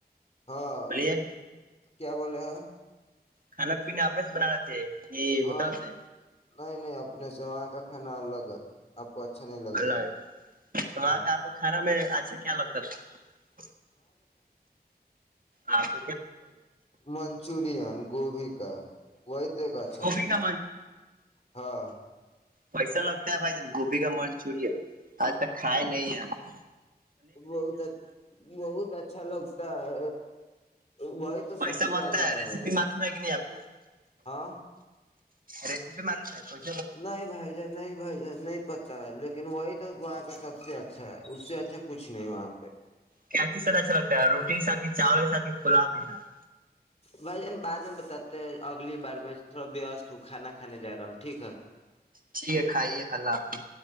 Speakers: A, on the left; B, on the right.
A: ہاں
B: بولیے
A: کیا بولے ہیں
B: کھانا پین اپنے سے بنان رہے تھے یہ
A: ہاں
B: ہوٹل سے
A: نہیں نہیں اپنے سے وہاں کا کھانا الگ ہے کو اچھا نہیں لگے
B: اللہ
A: گا
B: ہے تو وہاں
A: ہاں
B: کے آپ کا کھانا میں اچھا کیا لگتا تھا آاں پ
A: منچورن گوبھی وہ ا کا اچھا
B: گوبھی
A: تھا
B: کا
A: ہاں
B: پیسہ لگتا ہے بھائی ج گوبھی کا من چوری ہے آج تک کھائے نہیں ہیںپ
A: بت بہت اچھا لگتا ہے وہائی تو
B: کیسا
A: سب سے
B: بنتا
A: زیادہ ہے
B: ریسیپی
A: بائی ج
B: معلوم ہے کہ نہیں آپ کو
A: ہاں
B: ریسیپی معلوم ہے کوئی
A: نہیں بھائی جان نہیں بھائی جان نہیں پتا لیکن وہی تو وہاں پہ سب سے اچھا ہے اس سے اچھا کچھ نہیں وہاں پہ
B: کیاچی سر اچھا لگتا ہے روٹی کے ساتھی چاول پلاؤ کے ساتھ
A: بھائی جان بعد بتاتے اگلی بار میں تھوڑا وست ہوں کھانا کھے جا رہا ہوں ٹھیک ہے
B: ٹھیک ہے کھائیے اللہ حافظ